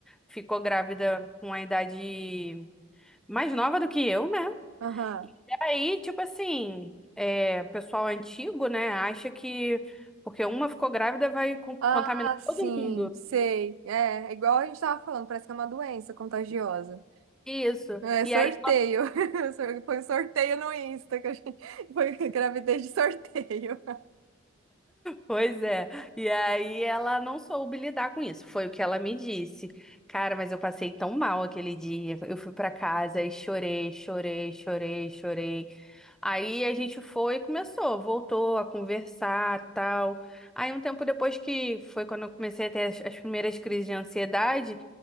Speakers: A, in the centre; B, on the right.
A: ficou grávida com a idade mais nova do que eu, né?
B: Aham.
A: E aí, tipo assim, é, pessoal antigo, né, acha que porque uma ficou grávida vai con-
B: Ah,
A: contaminar
B: sim,
A: todo mundo.
B: sei. É, é igual a gente tava falando, parece que é uma doença contagiosa.
A: Isso.
B: É
A: E
B: sorteio.
A: aí
B: <laughs> Sor- Foi um sorteio no Insta que a gente <laughs> foi gravidez de sorteio. <laughs>
A: Pois é. E aí ela não soube lidar com isso. Foi o que ela me disse. Cara, mas eu passei tão mal aquele dia. Eu fui pra casa e chorei, chorei, chorei, chorei. Aí a gente foi e começou, voltou a conversar, tal. Aí um tempo depois que foi quando eu comecei a ter as, as primeiras crises de ansiedade,